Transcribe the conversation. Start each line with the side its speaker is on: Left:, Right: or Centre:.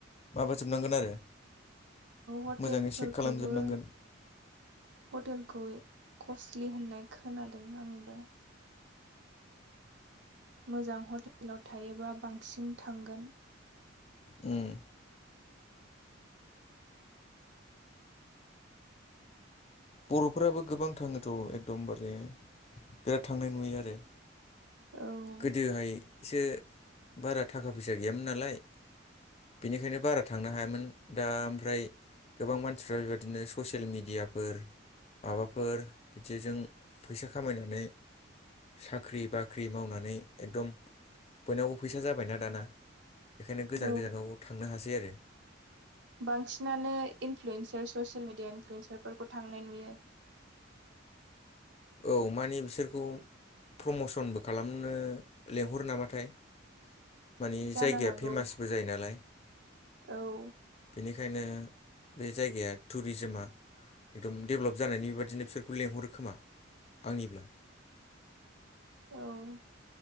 Left: माबाजोबनांगोन आरो
Right: हटेलफोरखौबो
Left: मोजाङै चेक खालामजोबनांगोन
Right: हटेलखौ कसलि होननाय खोनादों आंबो मोजां हटेलाव थायोबा बांसिन थांगोन
Left: उम बर'फोराबो गोबां थाङोथ' एकदमबारे बिराद थांनाय नुयो आरो
Right: औ
Left: गोदोहायसो बारा टाका फैसा गैयामोन नालाय बिनिखायनो बारा थांनो हायामोन दा आमफ्राय गोबां मानसिफ्रा बेबादिनो ससेल मिडियाफोर माबाफोर बिदिजों फैसा खामायनानै साख्रि बाख्रि मावनानै एगदम बयनावबो फैसा जाबायना दाना बेखायनो गोजान
Right: औ
Left: गोजानाव थांनो हासै आरो
Right: बांसिनानो इनफ्लुयेन्सार ससेल मिडिया इनफ्लुयेन्सारफोरखौ थांनाय नुयो
Left: औ मानि बिसोरखौ प्रमसनबो खालामनो लेंहरो नामाथाय मानि
Right: जानो
Left: जायगाया
Right: हागौ
Left: फेमासबो जायो नालाय
Right: औ
Left: बेनिखायनो बे जायगाया टुरिजिमा एकदम डेभलप जानायनि बेबादिनो फिसोरखौ लेंहरो खोमा। आंनिब्ला
Right: औ।